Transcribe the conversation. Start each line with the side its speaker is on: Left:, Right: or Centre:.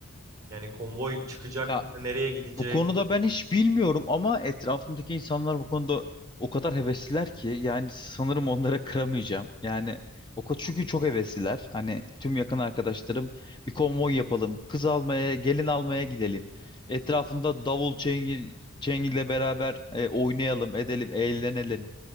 Right: Yani konvoy çıkacak
Left: Ya
Right: mı? Nereye gidecek?
Left: Bu konuda ben hiç bilmiyorum ama etrafımdaki insanlar bu konuda o kadar hevesliler ki yani sanırım onlara kıramayacağım. Yani o kadar çünkü çok hevesliler. Hani tüm yakın arkadaşlarım bir konvoy yapalım, kız almaya, gelin almaya gidelim. Etrafında davul çengi, çengiyle beraber e, oynayalım, edelim, eğlenelim